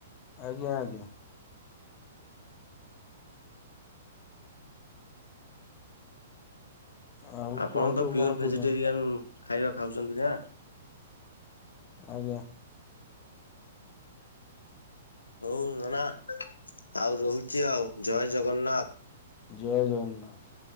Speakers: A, on the left; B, on the left.
A: ଆଜ୍ଞା, ଆଜ୍ଞା। ଆଉ
B: ଆପଣ
A: କୁହନ୍ତୁ
B: ତ ପିଓର
A: କଣ
B: ଭେଜିଟେରିଆନ
A: କହୁଛ
B: ଖାଇବା ଖାଉଛନ୍ତି ନା?
A: ଆଜ୍ଞା।
B: ହଉ ନନା, ଆଉ ରହୁଛି ଆଉ ଜୟ ଜଗନ୍ନାଥ।
A: ଜୟ ଜଗନ୍ନାଥ।